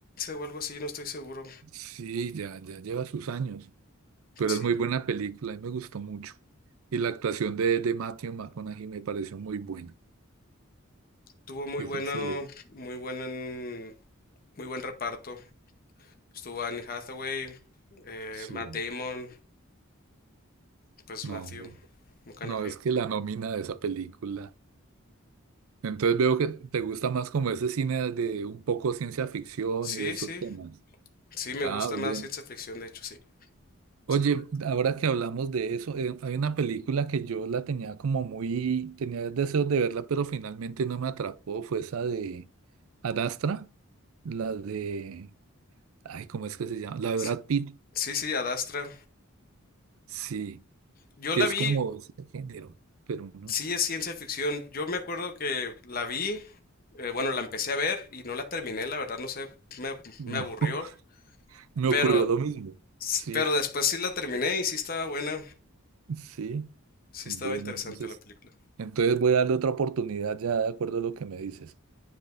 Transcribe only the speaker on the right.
Sí, ya, ya lleva sus años, pero
es muy buena película, a mí me gustó mucho. Y la actuación de, de Matthew McConaughey me pareció muy buena,
es
excelente.
Sí,
no,
muy- bu-
no, es que la nómina de esa película. Entonces veo que te gusta más como ese cine de un poco ciencia ficción
y de esos
temas.
Ah,
bien.
Oye,
ahora que hablamos de eso, eh, hay una película que yo la tenía como muy, tenía deseos de verla, pero finalmente no me atrapó, fue esa de Adastra, la de, ay, ¿cómo es que se llama? La de
Brad Pitt,
sí,
que
es
como ese género, pero no,
no,
<laughs> me
ocurrió lo mismo,
sí,
sí,
bueno,
entonces,
entonces voy a darle otra oportunidad ya de acuerdo a lo que me dices.